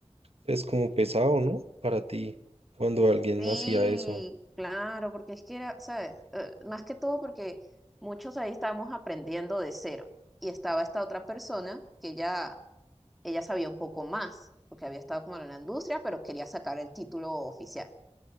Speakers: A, on the right; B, in the centre.
A: Es como pesado, ¿no? Para ti, cuando alguien
B: Sí,
A: hacía eso,
B: claro, porque es que era, ¿sabes? Eh, más que todo porque muchos ahí estábamos aprendiendo de cero, y estaba esta otra persona que ya, ella sabía un poco más, porque había estado como en la industria, pero quería sacar el título oficial.